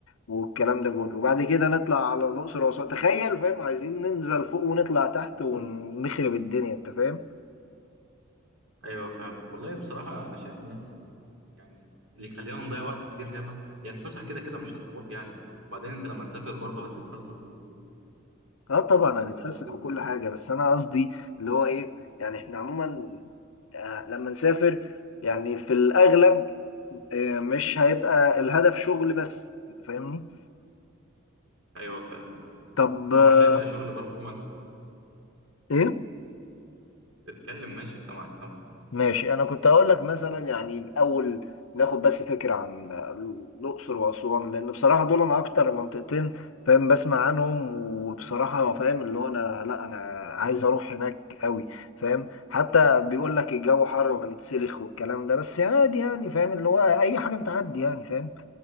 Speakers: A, on the left (about 80°); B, on the right (about 85°).
A: والكلام ده كله وبعد كده نطلع على الأقصر وأسوان تخيل فاهم عايزين ننزل فوق ونطلع تحت ونخرب الدنيا أنت فاهم
B: ايوه فاهمك والله بصراحه انا شايف ان احنا يعني اللي يخلينا نضيع وقت كتير هنا يعني الفسح كده كده مش هتروح يعني وبعدين انت لما تسافر برضه هتتفسح برضه
A: اه طبعا
B: زي
A: هنتفسح
B: ما انت عايز
A: وكل
B: وكده
A: حاجة بس أنا قصدي اللي هو إيه يعني إحنا عموما آه، لما نسافر يعني في الأغلب آه، مش هيبقى الهدف شغل بس فاهمني
B: ايوه فاهمك
A: طب آه،
B: هو مش هيبقى شغل برضه ما انت
A: إيه
B: اتكلم ماشي سامعك سامعك
A: ماشي انا كنت هقول لك مثلا يعني الاول ناخد بس فكره عن الاقصر واسوان لان بصراحه دول انا اكتر منطقتين فاهم بسمع عنهم وبصراحه فاهم اللي هو انا لا انا عايز اروح هناك قوي فاهم حتى بيقول لك الجو حر وهنتسلخ والكلام ده بس عادي يعني فاهم اللي هو اي حاجه بتعدي يعني فاهم